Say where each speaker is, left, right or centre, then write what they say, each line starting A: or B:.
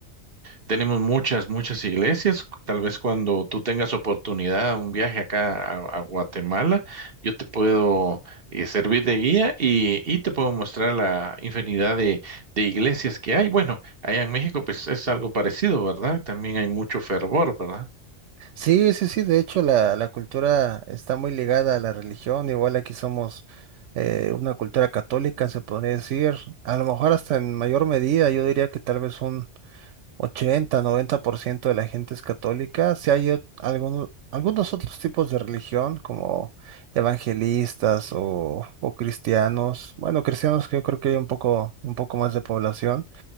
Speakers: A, on the right; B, on the right.
A: tenemos muchas, muchas iglesias. Tal vez cuando tú tengas oportunidad, un viaje acá a, a Guatemala, yo te puedo eh, servir de guía y, y te puedo mostrar la infinidad de, de iglesias que hay. Bueno, allá en México, pues es algo parecido, ¿verdad? También hay mucho fervor, ¿verdad?
B: Sí, sí, sí, de hecho la, la cultura está muy ligada a la religión, igual aquí somos eh, una cultura católica, se podría decir, a lo mejor hasta en mayor medida, yo diría que tal vez un ochenta, noventa por ciento de la gente es católica, si hay ot- algunos, algunos otros tipos de religión como evangelistas o, o cristianos, bueno, cristianos que yo creo que hay un poco, un poco más de población